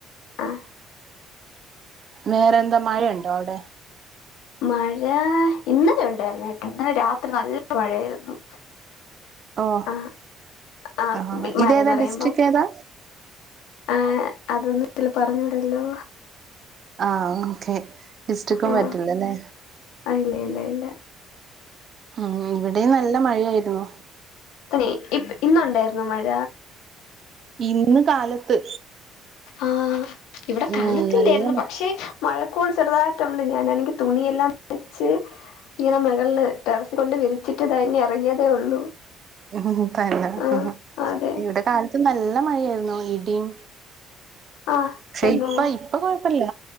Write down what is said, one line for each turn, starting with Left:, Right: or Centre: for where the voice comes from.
Left: ആഹ
Right: വേറെ എന്താ മഴയുണ്ടോ അവിടെ
Left: മഴ ഇന്നലെ ഉണ്ടായിരുന്നു <unintelligible> ഇന്നലെ രാത്രി നല്ല മഴയായിരുന്നു
Right: ഓ
Left: ആഹ് ആഹ
Right: ആഹ്
Left: മഴ
Right: ഇതേതാ
Left: പറയുമ്പോ
Right: ഡിസ്ട്രിക്ട് ഏതാ
Left: ആഹ അതൊന്നും ഇതില് പറഞ്ഞൂടല്ലൊ
Right: ആഹ ഓക്കേ ഡിസ്റ്റിക്കും
Left: ആ
Right: പറ്റില്ലല്ലേ
Left: ആ ഇല്ല ഇല്ല ഇല്ല
Right: ഉം ഇവിടെയും നല്ല മഴായിരുന്നു
Left: തന്നെ ഇന്നുണ്ടായിരുന്നു മഴ
Right: ഇന്ന് കാലത്ത്
Left: ആഹ് ഇവിടെ
Right: ഉം
Left: കാലത്തില്ലായിരുന്നു
Right: നല്ല മ
Left: പക്ഷെ മഴക്കോൾ ചെറുതായിട്ടുണ്ട് ഞാൻ എനിക്ക് തുണിയെല്ലാം പച്ച് ഇങ്ങനെ മകളില് ടെറസി കൊണ്ട് വിരിച്ചിട്ട് തങ്ങി ഇറങ്ങിയതേ ഉള്ളൂ
Right: ഉം തന്ന
Left: ആ അതെ
Right: ഇവിടെ കാലത്ത് നല്ല മഴയായിരുന്നു ഇടിയും
Left: ആ
Right: പക്ഷെ
Left: എന്നോ
Right: ഇപ്പ ഇപ്പൊ കൊഴപ്പില്ല